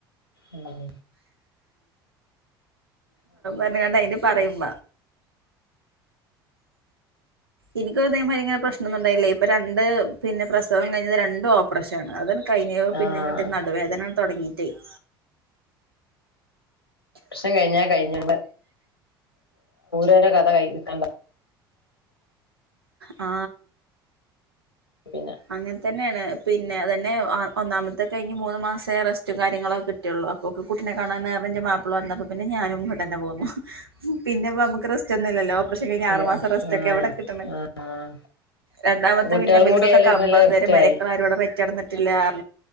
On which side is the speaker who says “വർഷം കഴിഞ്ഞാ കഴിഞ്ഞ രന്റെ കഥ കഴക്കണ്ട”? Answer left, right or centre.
Left